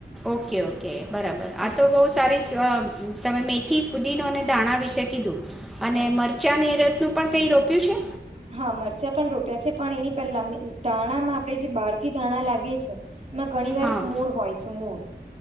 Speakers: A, in the centre; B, on the right.
A: Okay okay. બરાબર
B: હા
A: આ તો બહુ સારી. તમે મેથી પુદીનો અને દાણા વિશે કીધું. અને
B: હમ
A: મરચાં ની ઋત નું પણ કંઈ રોપ્યું છે?
B: હા મરચાં પણ રોપ્યા છે પણ એની પહેલા ધાણામાં આપણે જે બહારથી ધાણા લાવીએ છે. માં ઘણી વાર
A: હા
B: મૂળ હોય છે મૂળ.